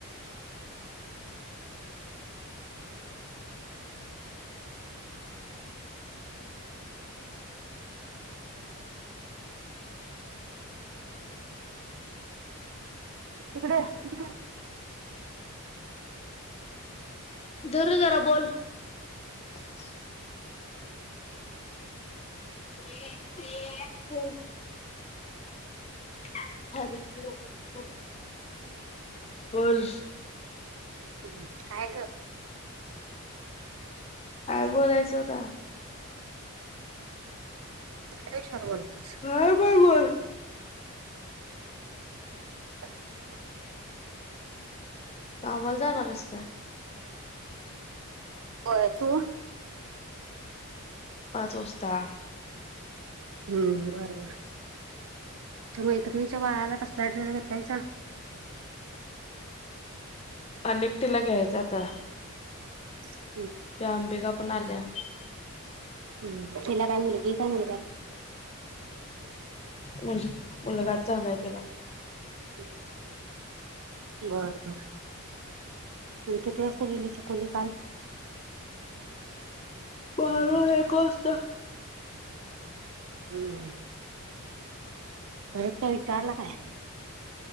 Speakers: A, on the right (about 65°); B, on the left (about 25°).
A: इकडे ये
B: धर जरा बोल <unintelligible> <unintelligible> <unintelligible> बोल
A: हम् काय ग
B: काय बोलायचं आता
A: कुठल्या इश्यावर बोलतेस
B: काय पण बोल
A: <inaudible>
B: कामाला जाणार हायेस काय?
A: होय तू
B: पाच वाजता
A: हूं बरबर तू मैत्रणीच्या बाळाला कसला ड्रेस घेतलायसा
B: आणि एक तिला घ्यायचा आता
A: <inaudible>
B: त्या अंबिका पणाल्या
A: हम्म तिला काय मुलगी ये काय मुलगा
B: म्हजे मुलगाच झालाय तिला
A: <inaudible> बर बर आणि किती वाजता गेली छकुली काल
B: बारा एक वाजता
A: हूं परत काय विचारला काय?